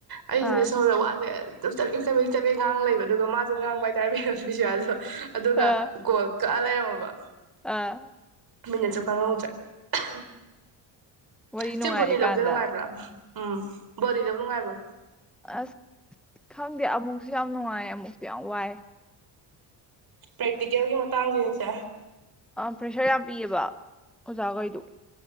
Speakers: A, on the right (about 50°); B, in the centre.
A: ꯑꯩꯁꯤꯅ
B: ꯑꯥ
A: ꯁꯣꯝꯗ ꯋꯥꯖꯦ ꯑꯗꯨꯝ ꯆꯥꯕꯦ ꯆꯥꯕꯦꯡ ꯆꯥꯕꯦꯡ ꯉꯥꯡ ꯂꯩꯕ ꯑꯗꯨꯒ ꯃꯥꯁꯨ ꯉꯥꯡꯕ ꯍꯏꯇꯥꯔꯦ ꯕꯤꯁꯣꯌꯥꯁꯨ ꯑꯗꯨꯒ
B: ꯑꯥ
A: ꯀꯣꯜ ꯀꯛꯑꯂꯩꯔꯝ ꯃꯕꯥ
B: ꯑꯥ
A: ꯃꯤꯅꯠ ꯆꯁꯨ ꯈꯥꯉ ꯍꯧꯗꯔꯦ <unintelligible>
B: ꯋꯥꯔꯤ ꯅꯨꯡꯉꯥꯏꯔꯤꯀꯥꯟꯗ
A: ꯆꯦ ꯕꯣꯠꯅꯤ ꯂꯧꯕꯁꯦ ꯅꯨꯡꯉꯥꯏꯕ꯭ꯔꯥ ꯎꯝ ꯕꯣꯠꯅꯤ ꯂꯧꯕꯥ ꯅꯨꯡꯉꯥꯏꯕ꯭ꯔꯣ
B: ꯑꯁ ꯈꯪꯗꯦ ꯑꯃꯨꯛꯁꯨ ꯌꯥꯝ ꯅꯨꯡꯉꯥꯏ ꯑꯃꯨꯛꯁꯨ ꯌꯥꯝ ꯋꯥꯏ
A: ꯄ꯭ꯔꯦꯛꯇꯤꯀꯦꯜꯒꯤ ꯃꯇꯥꯡꯁꯤꯅꯤꯁ
B: ꯄ꯭ꯔꯦꯁꯔ ꯌꯥꯝ ꯄꯤꯌꯦꯕ ꯑꯣꯖꯥꯈꯩꯗꯨ